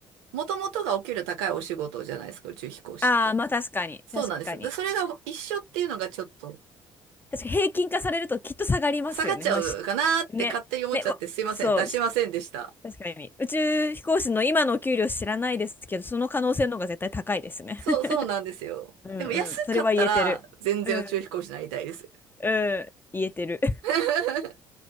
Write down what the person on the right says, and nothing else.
もともとがお給料高いお仕事じゃないですか、宇宙飛行士って。
そうなんです。
で、それが一緒っていうのがちょっと
下がっちゃうかなーって勝手に思っちゃってすいません、
出しませんでした。
そう、そうなんですよ。
でも安かったら全然宇宙飛行士になりたいです。
<laughs>